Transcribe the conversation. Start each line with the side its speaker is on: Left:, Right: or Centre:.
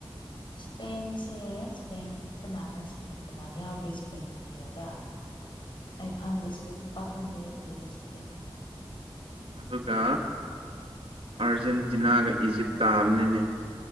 Left: ꯏꯁꯄꯦꯟꯁꯦ ꯏꯁꯄꯦꯟꯁꯦ ꯀꯅꯥꯅꯣ ꯏꯁꯄꯦꯟ ꯀꯅꯥ ꯌꯥꯎꯒꯦ ꯏꯁꯄꯦꯟ ꯄ꯭ꯂꯦꯌꯔꯗ ꯑꯩ ꯈꯪꯗꯦ ꯏꯁꯄꯦꯁꯦ ꯄꯥꯛ ꯈꯪꯗꯦ ꯄ꯭ꯂꯦꯌꯔꯁꯤꯡꯁꯦ
Right: ꯑꯗꯨꯒ ꯑꯔꯖꯦꯟꯇꯤꯅꯥꯒ ꯏꯖꯤꯞ ꯇꯥꯕꯅꯤꯅꯦ